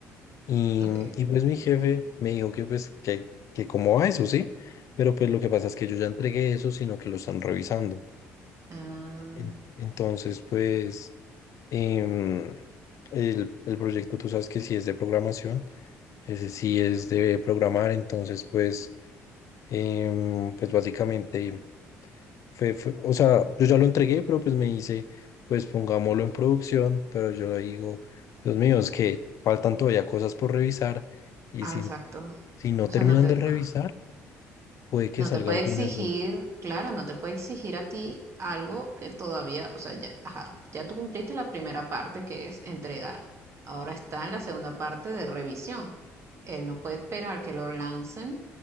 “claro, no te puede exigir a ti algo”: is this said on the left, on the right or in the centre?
Right